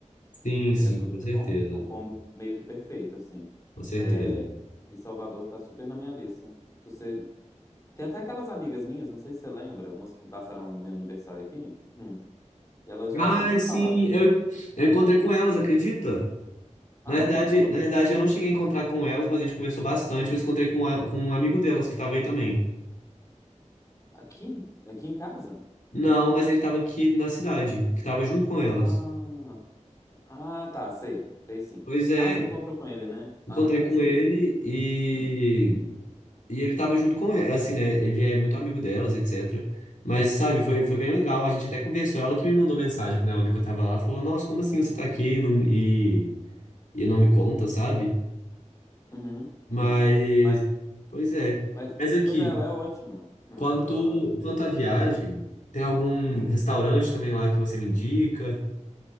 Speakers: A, on the left (about 80°); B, on the left (about 25°).
A: Sim, sim,
B: É tudo
A: com
B: de
A: certeza.
B: bom. É um combo meio que perfeito, assim.
A: Com certeza.
B: É, E Salvador tá super na minha lista. Se você... Tem até aquelas amigas minhas, não sei se você lembra, umas que passaram o meu aniversário aqui. Hum. E elas já
A: Ai,
B: super
A: sim,
B: falaram.
A: eu, eu encontrei com elas, acredita?
B: Aonde?
A: Na verdade,
B: Em Salvador?
A: na verdade, eu não cheguei a encontrar com elas, mas a gente conversou bastante. Eu encontrei com, a- com um amigo delas que tava aí também.
B: Aqui? Aqui em casa?
A: Não,
B: Hum.
A: mas ele tava aqui na cidade, que tava junto com elas.
B: Ah, ah, tá, sei. Sei sim.
A: Pois é,
B: Ah, você encontrou com ele, né?
A: encontrei
B: Ah, tá,
A: com
B: sei,
A: ele
B: sei.
A: e
B: Hum.
A: E ele tava junto com ela, assim, né? Ele é muito amigo delas, etc. Mas, sabe, foi, foi bem legal. A gente até conversou. Ela que me mandou mensagem quando ela viu que eu tava lá. Falou, nossa, como assim você tá aqui e não, e, e não me conta, sabe?
B: Uhum.
A: Mas,
B: Hum. Mas,
A: pois é.
B: mas,
A: Mas aqui,
B: pois é, ela é ótima. Hum.
A: quanto,
B: Eu, eu
A: quanto à viagem,
B: adoro ela.
A: tem algum
B: Hum.
A: restaurante também lá que você me indica?